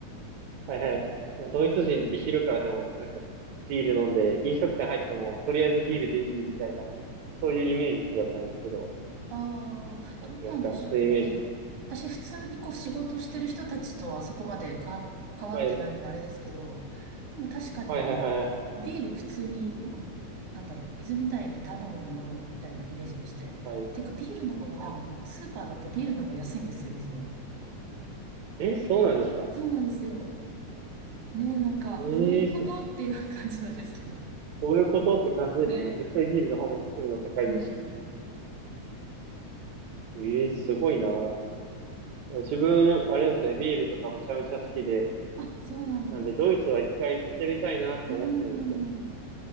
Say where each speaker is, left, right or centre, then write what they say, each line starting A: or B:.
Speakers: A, on the right (about 75°); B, on the right (about 60°).
A: はいはい。ドイツ人って昼からでもなんかビール飲んで、飲食店入ってもとりあえずビールでいいみたいな、そういうイメージだったんですけど、
B: ああ、どうなんでしょうね。
A: あってますかそういうイメージ。
B: 私、普通にこう仕事してる人たちとはそこまでか関わってないのであれですけど、
A: はい。
B: でも確かに、
A: はいはいはいはい
B: ビール普通に、なんだろう、水みたいに頼むものみたいなイメージでしたよ。
A: はい。
B: てか、ビールの方が多分、
A: あ、
B: スーパーだとビールの方が安いんですよ、水より。
A: え、そうなんですか
B: そうなんですよ。ねえ、なんか、
A: ええそ、
B: どういうことっていう感じなんですけど。
A: そういうことって感じですね。
B: ね
A: 絶対ビールの方が作るの高いですし。
B: え。うん。
A: ええすごいな。自分、あれなんですね、ビールとかめちゃめちゃ好きで、
B: あ、そうなんだ。
A: なんでドイツは一回行ってみたいなって思ってるんですよね。
B: うーん。